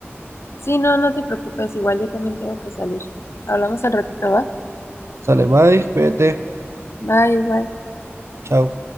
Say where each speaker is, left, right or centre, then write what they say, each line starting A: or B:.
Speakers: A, on the left; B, on the right.
A: Sí, no, no te preocupes, igual yo también tengo que salir. Hablamos al ratito, ¿va?
B: Sale, bye, cuídate,
A: va igual.
B: chao.